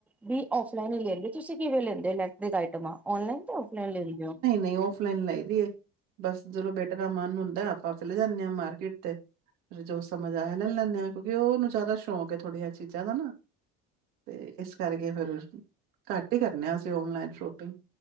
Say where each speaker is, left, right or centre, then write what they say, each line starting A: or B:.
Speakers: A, in the centre; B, on the right.
A: ਵੀ ਔਫਲਾਈਨ ਹੀ ਲੈਂਦੇ ਤੁਸੀਂ ਕਿਵੇਂ ਲੈਂਦੇ ਹੋ ਇਲੈਕਟ੍ਰਿਕ ਆਈਟਮਾਂ? ਔਨਲਾਈਨ ਤੇ ਔਫਲਾਈਨ ਲੇ ਰਹੀ ਹੋ।
B: ਨਹੀਂ ਔਫ ਲਈਨ ਲਈ ਦੀ ਹੈ, ਬੱਸ ਜਦੋ ਬੇ ਜਦੋ ਮਨ ਹੁੰਦਾ ਆਪਾਂ ਚਲੇ ਜਾਂਦੇ ਹਾਂ ਮਾਰਕੀਟ, ਤੇ ਫਿਰ ਜੋ ਸਮਝ ਆਇਆ, ਲੈ ਲੈਂਦੇ ਹਾਂ ਕਿਉਂਕਿ ਉਹਨੂੰ ਜ਼ਿਆਦਾ ਸ਼ੌਕ ਹੈ ਥੋੜ੍ਹੀਆਂ ਜ ਚੀਜ਼ਾਂ ਦਾ ਨਾ, ਤੇ ਇਸ ਕਰਕੇ ਫਿਰ ਘੱਟ ਹੀ ਕਰਨੇ ਹਾਂ ਅਸੀਂ ਆਨਲਾਈਨ ਸ਼ੋਪਿੰਗ।